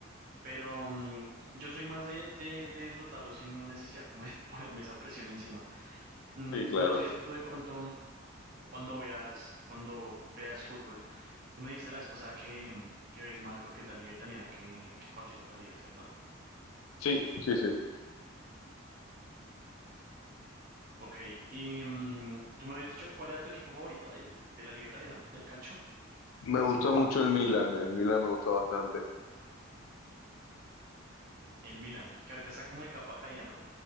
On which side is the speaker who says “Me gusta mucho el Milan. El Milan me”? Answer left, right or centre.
Left